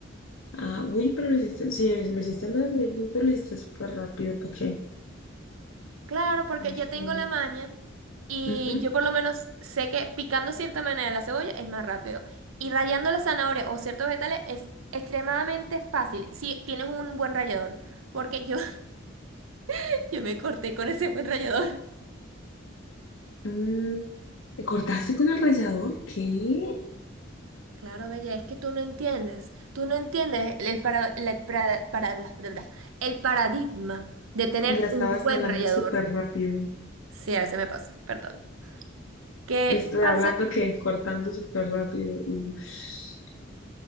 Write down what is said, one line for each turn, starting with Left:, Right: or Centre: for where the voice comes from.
Left: Ah, uy, pero lo hiciste, sí, es- lo hiciste más de minutos, lo hiciste súper rápido, ¿para qué?
Right: Claro, porque
Left: Sí, sí.
Right: ya tengo la maña y
Left: Ujú.
Right: yo por lo menos sé que picando cierta manera la cebolla es más rápido. Y rallando las zanahorias o ciertos vegetales es extremadamente fácil si tienes un buen rallador, porque yo, <laughs> yo me corté con ese buen rallador.
Left: Mm, ¿te cortaste con el rallador? ¿Qué?
Right: Claro, Bella, es que tú no entiendes, tú no entiendes el, para, la- para- para- bla, bla, bla, el paradigma de tener
Left: O sea, estabas
Right: un buen
Left: hablando
Right: rallador.
Left: súper rápido.
Right: Sí, a veces me pasa, perdón. ¿Qué
Left: Estoy
Right: pasa?
Left: hablando que cortando súper rápido. Ush.